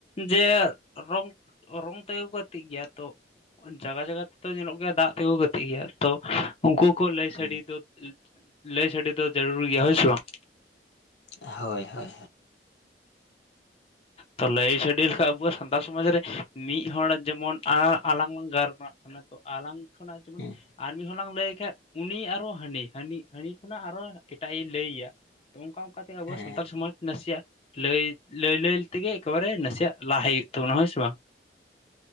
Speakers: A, on the left; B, on the left.
A: ᱡᱮ ᱨᱚᱝ, ᱨᱚᱝ ᱛᱮ ᱠᱚ ᱜᱟᱛᱤᱜ ᱜᱮᱭᱟ ᱛᱚ᱾ ᱡᱟᱭᱜᱟ ᱡᱟᱭᱜᱟ ᱛᱮᱫᱚ ᱧᱮᱞᱚᱜ ᱜᱮᱭᱟ ᱫᱟᱜ ᱛᱮ ᱜᱳ ᱜᱟᱛᱮᱜ ᱜᱮᱭᱟ ᱛᱚ᱾ᱩᱱᱠᱩ ᱦᱚᱸ ᱠᱚ ᱞᱟᱹᱭ
B: ᱦᱩᱸ
A: ᱥᱟᱰᱮ ᱫᱚ᱾ ᱞᱟᱹᱭ ᱥᱟᱰᱮ ᱫᱚ ᱡᱟᱹᱨᱩᱲ ᱜᱮᱭᱟ ᱦᱳᱭ ᱥᱮ ᱵᱟᱝ?
B: ᱦᱳᱭ, ᱦᱳᱭ᱾
A: ᱛᱚ ᱞᱟᱹᱭ ᱥᱟᱰᱮ ᱞᱮᱠᱷᱟᱱ ᱟᱵᱚᱣᱟᱜ ᱥᱟᱱᱛᱟᱲ ᱥᱚᱢᱟᱡᱽ ᱨᱮ ᱢᱤᱫ ᱦᱚᱲ ᱡᱮᱢᱚᱱ ᱟᱞᱟᱝ ᱜᱟᱨᱢᱟᱜ ᱠᱟᱱᱟ ᱛᱚ ᱟᱞᱟᱝ ᱠᱷᱚᱱᱟᱜ ᱡᱮᱢᱚᱱ
B: ᱦᱩᱸ
A: ᱟᱨ ᱢᱤᱫᱦᱚᱲ ᱞᱟᱝ ᱞᱟᱹᱭ ᱠᱷᱟᱱ᱾ ᱩᱱᱤ ᱟᱨᱚ ᱦᱟᱹᱱᱤ ᱦᱟᱹᱱᱤ ᱠᱷᱚᱱᱟᱜ ᱟᱨᱚ ᱮᱴᱟᱜ ᱮ ᱞᱟᱹᱭ ᱟᱭᱟ᱾ ᱛᱚ ᱚᱱᱠᱟ ᱚᱱᱠᱟ ᱛᱮᱜᱮ ᱟᱵᱚ
B: ᱦᱮᱸ
A: ᱥᱟᱱᱛᱟᱲ ᱥᱚᱢᱟᱡᱽ ᱱᱟᱥᱮᱭ ᱟᱜ ᱞᱟᱹᱭ, ᱞᱟᱹᱭ, ᱞᱟᱹᱭ ᱛᱮᱜᱮ ᱮᱠᱮ ᱵᱟᱨᱮ ᱱᱟᱥᱮᱭᱟᱜ ᱞᱟᱦᱟᱭ ᱦᱩᱭᱩᱜ ᱛᱟᱵᱚᱱᱟ ᱦᱳᱭ ᱥᱮ ᱵᱟᱝ᱾